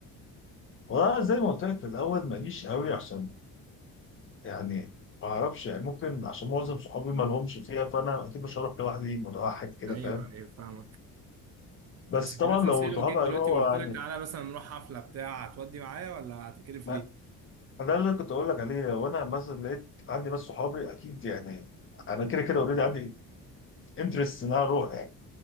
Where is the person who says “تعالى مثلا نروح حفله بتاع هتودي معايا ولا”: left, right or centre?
Right